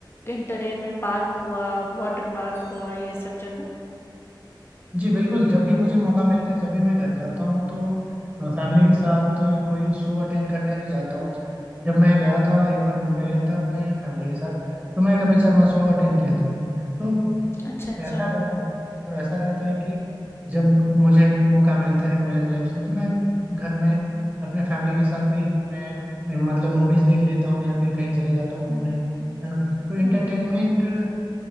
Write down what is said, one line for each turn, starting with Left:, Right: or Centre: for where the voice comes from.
Left: इंटरटेनमेंट पार्क हुआ वाटर पार्क हुआ ये सब जगह
Right: जी बिल्कुल जब भी मुझे मौका मिलता है जब भी मैं घर जाता हूँ तो फैमिली के साथ कोई शो अटेंड करने भी जाता हूँ जब मैं गया था एक बार मुंबई गया था अपने फैमिली के साथ तो मैं कपिल शर्मा
Left: हम्म
Right: शो
Left: हम्म
Right: अटेंड किया था तो
Left: अच्छा अच्छा
Right: ऐसा रहता है तो ऐसा रहता है कि जब मुझे मौका मिलता है कॉलेज लाइफ से तो मैं घर में अपने फैमिली के साथ भी मैं मतलब मूवीज देख लेता हूँ या फिर कहीं चले जाता हूँ घूमने
Left: हम्म
Right: है
Left: हम्म
Right: ना तो इंटरटेनमेंट
Left: हम्म